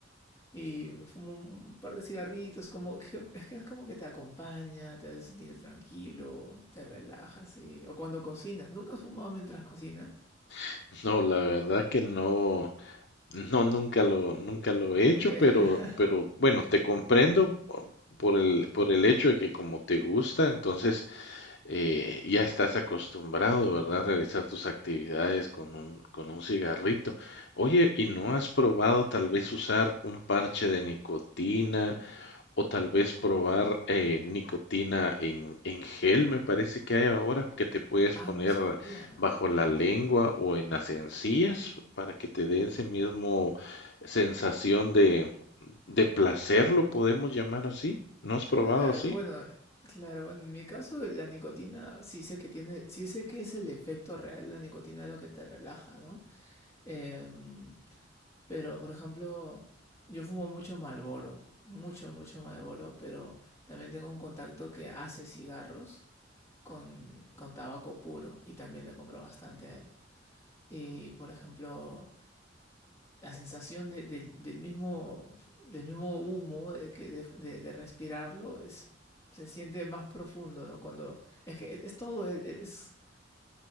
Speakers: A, on the left; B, on the left.
A: y me fumo un, un par de cigarritos, como que- es que es como que te acompaña, te hace sentir tranquilo, te relajas y... O cuando cocinas, ¿nunca has fumado mientras cocinas?
B: <laughs> No, la verdad que no, no, nunca lo, nunca lo he hecho,
A: Ok. <laughs>
B: pero, pero bueno, te comprendo por el, por el hecho de que como te gusta, entonces eh, ya estás acostumbrado, ¿verdad? A realizar tus actividades con un, con un cigarrito. Oye, ¿y no has probado tal vez usar un parche de nicotina o tal vez probar eh, nicotina en, en gel? Me parece que hay ahora que te puedes
A: Ah,
B: poner
A: no sabía.
B: bajo la lengua o en las encías para que te dé ese mismo sensación de, de placer, lo podemos llamar así. ¿No has probado
A: Claro,
B: así?
A: bueno, claro, bueno, en mi caso la nicotina sí sé que tiene, sí sé que es el efecto real de la nicotina lo que te relaja, ¿no? Em, Pero, por ejemplo, yo fumo mucho Marlboro, mucho, mucho Marlboro, pero también tengo un contacto que hace cigarros con, con tabaco puro y también le compro bastante a él. Y, por ejemplo, la sensación de- del del mismo, del mismo humo, de, que, de, de- de respirarlo, es, se siente más profundo, ¿no? Cuando, es que es, es todo, es,